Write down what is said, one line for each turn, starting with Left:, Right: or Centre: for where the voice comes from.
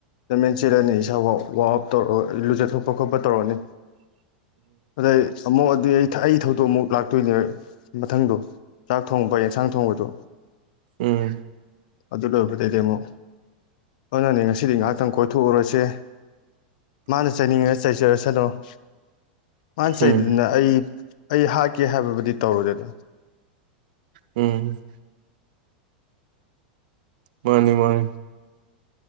Left: ꯃꯦꯟ ꯆꯦꯜꯂꯅꯤ ꯏꯁꯥ ꯋꯥꯞ ꯋꯥꯝꯑꯞ ꯇꯧꯔ ꯂꯨꯖꯥ ꯊꯣꯛꯄ ꯈꯣꯠꯄ ꯇꯧꯔꯛꯅꯤ ꯑꯗꯩ ꯑꯃꯨꯛ ꯑꯗꯨꯏ ꯑꯩ ꯑꯩ ꯊꯧꯗꯣꯛ ꯑꯃꯨꯛ ꯂꯥꯛꯇꯣꯏꯅꯦ ꯃꯊꯪꯗꯣ ꯆꯥꯛ ꯊꯣꯡꯕ ꯑꯦꯟꯁꯥꯡ ꯊꯣꯡꯕꯗꯣ
Right: ꯎꯝ
Left: ꯑꯗꯨ ꯂꯑꯣꯏꯕꯗꯩꯩꯗꯤ ꯑꯃꯨꯛ ꯑꯗꯨꯅꯅꯦ ꯉꯁꯤꯗꯤ ꯉꯥꯏꯍꯥꯛ ꯇꯪ ꯀꯣꯏꯊꯣꯛꯎꯔꯁꯦ ꯃꯥꯅ ꯆꯩꯅꯤꯡꯉꯒ ꯆꯩꯖꯔꯁꯅꯨ ꯑ <inaudible> ꯃꯥꯅ ꯆꯩꯗꯅ
Right: ꯎꯝ
Left: ꯑꯩ ꯑꯩ ꯍꯥꯠꯀꯦ ꯍꯥꯏꯕꯕꯨꯗꯤ ꯇꯧꯔꯣꯏꯗꯅ
Right: ꯎꯝ ꯃꯥꯅꯤ ꯃꯥꯅꯤ